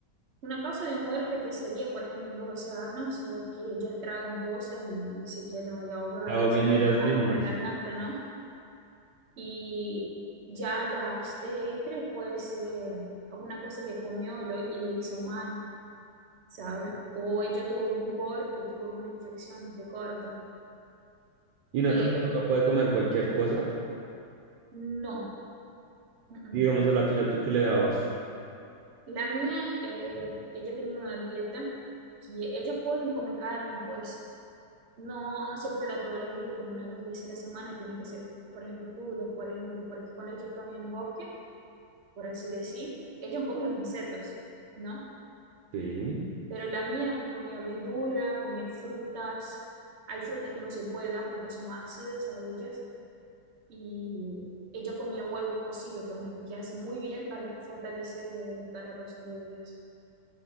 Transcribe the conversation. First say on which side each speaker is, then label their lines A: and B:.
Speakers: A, on the right; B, on the right.
A: una causa de muerte que sería, por ejemplo, unos océanos eh, que ellas tragan cosas y, se quedan ahí ahogadas
B: Se ahogan
A: con
B: ellas mismas.
A: algo en la garganta, ¿no? Y ya las terrestres, pues eh, alguna cosa que comió y, lo- y le hizo mal, ¿sabe? O ella tuvo algún corte, tuvo alguna infección, este corte.
B: Y una
A: Eh,
B: tortuga
A: lo que-
B: puede comer cualquier cosa.
A: no, mm,
B: Digamos
A: mm.
B: a la tuya, ¿tú qué le dabas?
A: La mía, eh, ella tenía una dieta que ellas pueden comer carne, pues. No, no se puede a todos los días, como unas dos veces a la semana, y tiene que ser, por ejemplo, crudos, por ejemplo, porque cuando ellos están en el bosque, por así decir, ellos comen los insectos, ¿no?
B: Sí.
A: Pero la mía comía verdura, comía frutas, hay frutas que no se puede dar porque son ácidas a ellas, y ella comía huevo cocido también, que hace muy bien para fortalecer el caparazón de ellas.